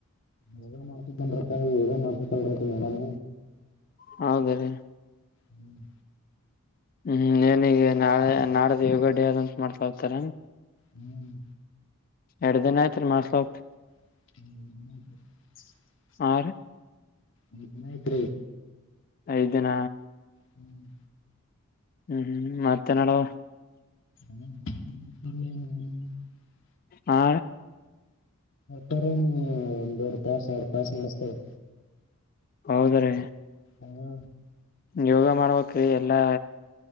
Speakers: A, on the left; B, on the left.
A: ಹಗ ಮಾಡ್ಸ ಬನ್್ರತ ಹೇಗ ಮಾಡ್ಸಲ್ತಿ ಮೇಡಾನ
B: ಹೌದ ರೀ
A: ಹ್ಮ್
B: ಹ್ಮ್ ಏನಿಗೆ ನಾಳೆ ನಾಳ್ದ ಯೋಗ ಡೇ ಆದಂತ ಮಾಡ್ಕಾತಾರ
A: ಹ್ಮ್
B: ಎರಡ್ ದಿನ ಆಯ್ತ್ರಿ ಮಾಡಸಲತ್
A: ಹ್ಮ
B: ಆ
A: ನಿಿನ ಇತ್ರ
B: ಐ ದಿನ
A: ಹ್ಮ್
B: ಹ್ಮ್ ಹ್ಮ್ ಮತ್ತೆ ನಡುವ
A: ಕೆ <unintelligible>
B: ಹ
A: ತಾರೆ ಒಂದಂದು ದೊಡ್ ತಾಸ ಎಡ್ ತಸ್ ನಮಸ್ತೆಕಾರ
B: ಹೌದ್ರಿ
A: ಹ್ಮ
B: ಯೋಗ ಮಾಡ್ಬೇಕಕ್್ರೀ ಎಲ್ಲಾ